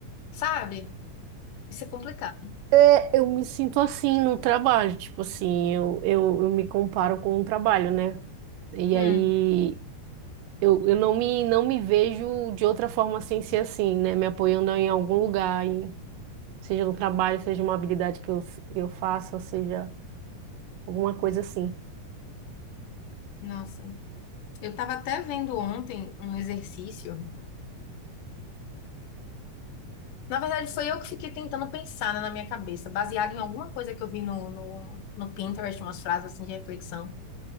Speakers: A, on the left; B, on the right.
A: sabe? Isso é complicado.
B: É, eu me sinto assim no trabalho, tipo assim, eu, eu, eu me comparo com o trabalho, né? E
A: Hum,
B: aí eu, eu não me, não me vejo de outra forma sem ser assim, né? Me apoiando em algum lugar, em- seja no trabalho, seja uma habilidade que eu, eu faça, seja alguma coisa assim.
A: nossa. Eu tava até vendo ontem um exercício. Na verdade, foi eu que fiquei tentando pensar, né, na minha cabeça, baseado em alguma coisa que eu vi no, no, no Pinterest, umas frases assim de reflexão.